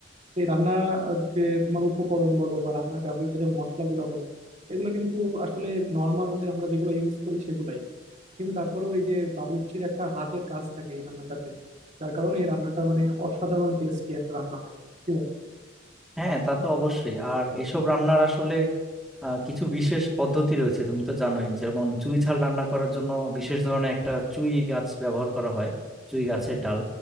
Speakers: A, on the right (about 35°); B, in the centre.
A: এই রান্না আহ, যে তোমার উপকরণ বলো বা রান্নার ব্যবহৃত যে মশলাগুলো বলো এগুলো কিন্তু আসলে নর্মাল যে আমরা যেগুলো ইউজ করি সেগুলাই কিন্তু তারপরেও এই যে বাবুর্চির একটা হাতের কাজ থাকে এই রান্নাটাতে যার কারণে এই রান্নাটা মানে অসাধারণ টেস্টি একটা রান্না হয় কি বলো
B: হ্যাঁ তা তো অবশ্যই আর এসব রান্নার আসলে আহ, কিছু বিশেষ পদ্ধতি রয়েছে তুমি তো জানোই যেমন চুই ঝাল রান্না করার জন্য বিশেষ ধরনের একটা চুই গাছ ব্যবহার করা হয় চুই গাছের ডাল